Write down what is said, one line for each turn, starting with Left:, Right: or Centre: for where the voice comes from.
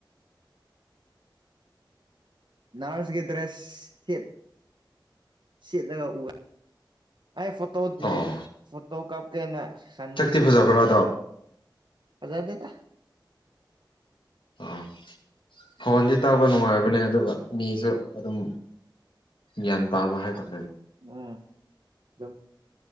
Right: ꯅꯔꯁꯀꯤ ꯗ꯭ꯔꯦꯁ ꯁꯦꯠ ꯁꯦꯠꯂꯒ ꯎꯌꯦ ꯑꯩ ꯐꯣꯇꯣ
Left: ꯑꯣ
Right: ꯐꯣꯇꯣ ꯀꯥꯞꯀꯦꯅ ꯈꯟꯨꯗꯤ
Left: ꯁꯛꯇꯤ
Right: ꯈꯜꯂꯨꯕꯅꯦ
Left: ꯐꯖꯕ꯭ꯔꯥ
Right: ꯑꯗꯣ ꯐꯖꯥꯗꯦꯗ
Left: ꯑꯥ ꯐꯣꯟꯗꯤ ꯇꯥꯕ ꯅꯨꯡꯉꯥꯏꯕꯅꯦ ꯑꯗꯨꯒ ꯃꯤꯁꯨ ꯑꯗꯨꯝ ꯒ꯭ꯌꯥꯟ ꯇꯥꯕ ꯍꯥꯏꯇꯥꯔꯦ
Right: ꯎꯝ ꯑꯗꯨꯝ